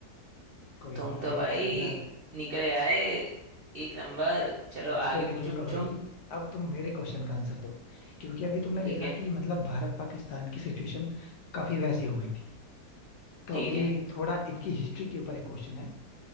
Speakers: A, on the left; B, on the right.
A: कोई
B: तुम
A: नहीं अभी
B: तो भाई
A: अगला
B: निकले आए एक नंबर चलो
A: वो
B: आगे
A: तो निकलूंगा
B: पूछो पूछो
A: भाई अब तुम मेरे क्वेश्चन का आंसर दो क्योंकि अभी तुमने
B: ठीक
A: देखा
B: है
A: कि मतलब भारत पाकिस्तान की सिचुएशन काफी वैसी हो गई थी तो
B: ठीक
A: अभी
B: है
A: थोड़ा इनकी हिस्ट्री के ऊपर एक क्वेश्चन है